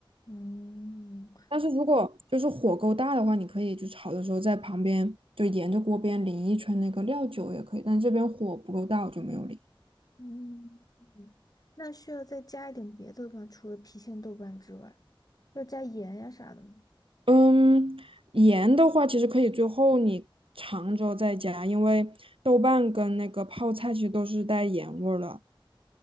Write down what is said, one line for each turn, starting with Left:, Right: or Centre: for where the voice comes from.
Left: 嗯
Right: 但是如果就是火够大的话，你可以就炒的时候在旁边就沿着锅边淋一圈那个料酒也可以，但这边火不够大，我就没有淋。
Left: 嗯，那需要再加一点别的吗？除了郫县豆瓣之外，要加盐呀啥的吗？
Right: 嗯，盐的话其实可以最后你尝之后再加，因为豆瓣跟那个泡菜其实都是带盐味儿了，